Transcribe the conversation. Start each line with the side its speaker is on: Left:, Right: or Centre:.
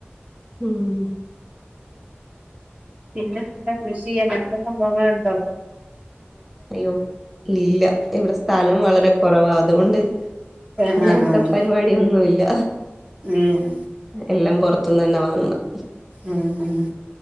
Centre: ഉം.
Right: പിന്നെ ഇല്ല കൃഷി അങ്ങനത്തെ സംഭവങ്ങുണ്ടോ
Centre: അയ്യോ ഇല്ല ഇവിടെ സ്ഥലം വളരെ കുറവാ അതുകൊണ്ട്
Right: ആഹ്
Centre: അങ്ങനത്തെ
Right: ആഹ് ആഹ്
Centre: പരിപാടിൊന്നുമല്ല
Right: ഉം
Centre: എല്ലാം പുറത്ത് മൊത്തം തന്നെ വാങ്ങണം
Right: ഉം ഉം